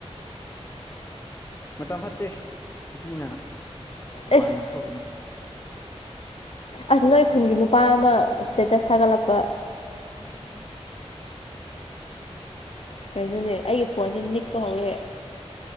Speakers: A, on the left; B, on the left.
A: ꯃꯇꯝ ꯐꯠꯇꯦ ꯅꯨꯄꯤꯅ ꯃꯄꯥꯟ
B: ꯑꯦꯁ
A: ꯌꯥꯝ ꯊꯣꯛꯒꯅꯨ
B: ꯑꯁ ꯅꯣꯏ ꯈꯨꯟꯒꯤ ꯅꯨꯄꯥ ꯑꯃ ꯑꯁꯇꯦꯠꯇꯠ ꯊꯥꯒꯠꯂꯛꯄ
A: <inaudible>
B: ꯀꯩꯅꯣꯅꯦ ꯑꯩꯒꯤ ꯐꯣꯟꯁꯤ ꯅꯤꯛꯄ ꯍꯧꯔꯛꯑꯦ